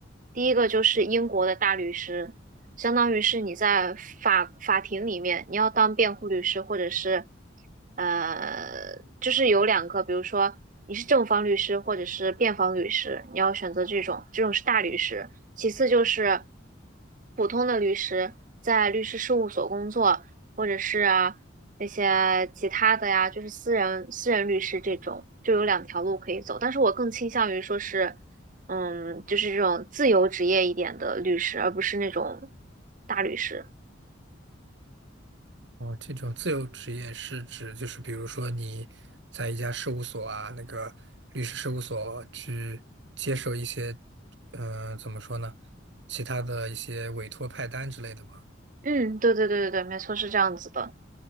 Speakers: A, on the right; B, on the right.
A: 第一个就是英国的大律师，相当于是你在法法庭里面，你要当辩护律师，或者是呃，就是有两个，比如说你是正方律师或者是辩方律师，你要选择这种，这种是大律师。其次就是普通的律师，在律师事务所工作，或者是啊那些其他的呀，就是私人私人律师这种，就有两条路可以走。但是我更倾向于说是嗯，就是这种自由职业一点的律师，而不是那种大律师。
B: 哦，这种自由职业是指就是比如说你在一家事务所啊，那个律师事务所去接受一些，嗯、怎么说呢，其他的一些委托派单之类的吗？
A: 嗯，对对对对对，没错，是这样子的。